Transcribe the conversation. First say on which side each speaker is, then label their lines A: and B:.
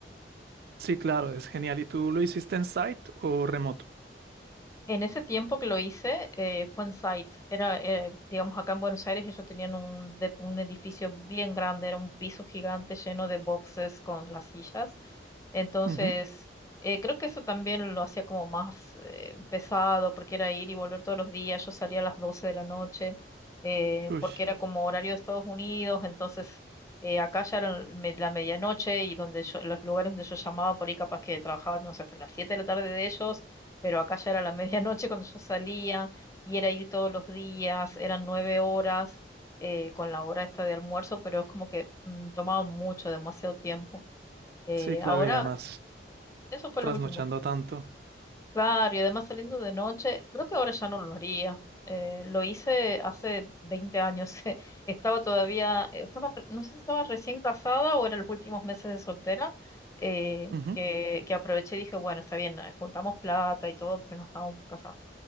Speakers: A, on the right (about 60°); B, on the left (about 15°).
A: Sí, claro, es genial. ¿Y tú lo hiciste en site o remoto?
B: En ese tiempo que lo hice, eh, fue en site. Era, eh, digamos, acá en Buenos Aires ellos tenían un, de- un edificio bien grande, era un piso gigante lleno de boxes con las sillas. Entonces,
A: Ujú.
B: eh, creo que eso también lo hacía como más eh, pesado, porque era ir y volver todos los días. Yo salía a las 12 de la noche, eh,
A: Uy,
B: porque era como horario de Estados Unidos. Entonces, eh, acá ya era el me- la medianoche y donde yo, los lugares donde yo llamaba por ahí, capaz que trabajaban no sé, hasta las 7 de la tarde de ellos pero acá ya era la <laughs> medianoche cuando yo salía y era ir todos los días, eran nueve horas eh, con la hora esta de almuerzo, pero es como que mm, tomaba mucho, demasiado tiempo. Eh,
A: sí, claro,
B: ahora,
A: y además
B: eso fue
A: trasnochando
B: lo último.
A: tanto.
B: Claro, y además saliendo de noche, creo que ahora ya no lo haría. Eh, lo hice hace 20 años. <laughs> Estaba todavía, eh, estaba, re- no sé si estaba recién casada o eran los últimos meses de soltera, eh,
A: Ujú.
B: que, que aproveché y dije, bueno, está bien, eh, juntamos plata y todo porque no estábamos casados